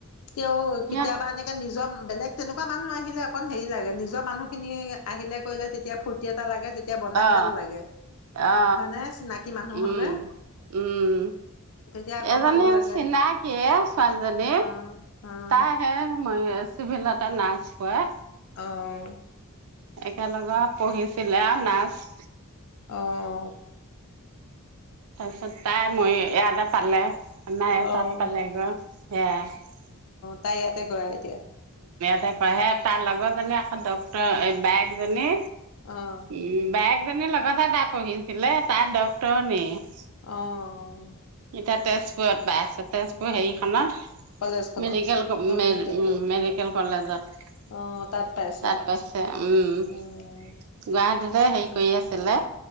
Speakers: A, on the left; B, on the right.
A: তেওঁ কেতিয়াবা
B: অ'
A: এনেকে নিজৰ বেলেগ তেনেকুৱা এনেকুৱা মানুহ আহিলে অকণ হেৰি লাগে নিজৰ মানুহখিনি আহিলে কৰিলে তেতিয়া ফূৰ্তি এটা লাগে তেতিয়া বনাই
B: অ
A: ভাল লাগে।
B: -অ
A: হয়নে চিনাকি মানুহ
B: উম
A: হ'লে
B: -উম
A: তেতিয়া আকৌ
B: এজনী
A: ভালো লাগে।
B: চিনাকি এ ছোৱালীজনী
A: অ', অ',
B: তাই হে তুভনতা নাচ পোৱা
A: অ <inaudible>
B: একেলগে পঢ়িছিলে আৰু নাচ <inaudible>
A: অ অ <inaudible>
B: তাৰ পিছত তাই মই এয়া এটা পালে নাই
A: অ',
B: তাতপালে গৈ সে <inaudible>
A: তাত <unintelligible> ইয়াতে কৰে এতিয়া <inaudible>
B: কয় সে তাৰ লগতজনী আকৌ ডক্তৰ বায়েকজনী
A: অ',
B: উম বায়ে জনীৰ লগততে তাত পঢ়িছিলে তাই ডাক্তৰণী-
A: অ',
B: এতিয়া তেজপুৰত পাই আছে তেজপুৰ হেৰিখনত
A: কলেজখনত
B: মেডিকেল
A: ন মেডিকেল
B: উম
A: ক
B: মেডিকেল কলেজত তাত
A: অ', পাইছোঁ
B: পাইছে উম
A: উম,
B: গুৱাহাটীতে হেৰি কৰি আছে পেলাই